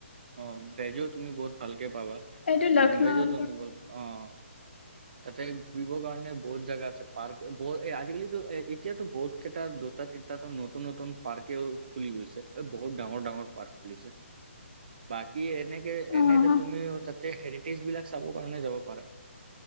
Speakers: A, on the right (about 45°); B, on the left (about 55°).
A: অ' ভেজো তুমি বহুত ভালকে পাবা
B: এইটো লক্ষ্ণৌৰ
A: ন'ন ভেজো তুমি অ' তাতে ঘূৰিবৰ কাৰণে বহুত জাগা আছে, পাৰ্ক ব আজিকালিতো এ এতিয়াতো বহুত কেইটা তিতাতো নতুন নতুন পাৰ্কেও খুলি গৈছে, বহুত ডাঙৰ ডাঙৰ পাৰ্ক খুলিছে। বাকী, এনেকে
B: অ',
A: এনে তুমি তাতে হেৰিটেজ বিলাক চাব কাৰণে যাব পাৰা।